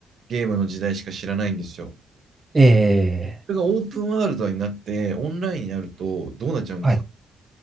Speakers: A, on the right; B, on the right.
A: ゲームの時代しか知らないんですよ。
B: え
A: それがオープンワールドになって、オンラインになると、どうなっちゃうんですか
B: ー、はい。